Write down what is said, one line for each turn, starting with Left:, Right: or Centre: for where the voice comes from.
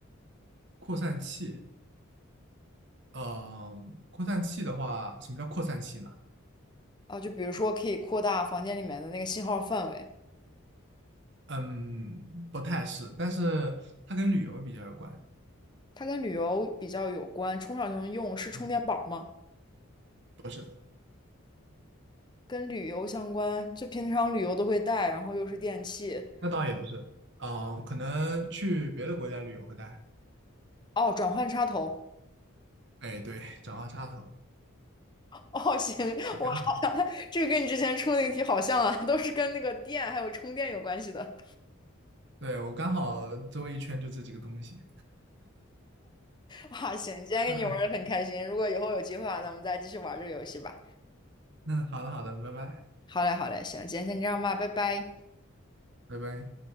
Right: 扩散器，呃，扩散器的话，什么叫扩散器呢？
Left: 啊，就比如说可以扩大房间里面的那个信号范围，
Right: 嗯，不太是，但是它跟旅游比较有关。
Left: 它跟旅游比较有关，充上就能用，是充电宝吗？
Right: 嗯，不是，
Left: 跟旅游相关，就平常旅游都会带，然后又是电器。
Right: 那倒也不是，啊、可能去别的国家旅游会带。
Left: 哦，转换插头。
Right: 哎，对，转换插头，
Left: 哦，行，
Right: 对，
Left: 哇，
Right: 刚好。
Left: <laughs> 这个跟你之前出的那个题好像啊，都是跟那个电还有充电有关系的。
Right: 对，我刚好周围一圈就这几个东西
Left: 哇，行，今天跟你玩的很开心，
Right: 啊。
Left: 如果以后有机会啊，咱们再继续玩这个游戏吧。
Right: 那好的，好的，拜拜，
Left: 好嘞，好嘞，行，今天先这样吧，拜拜。
Right: 拜拜。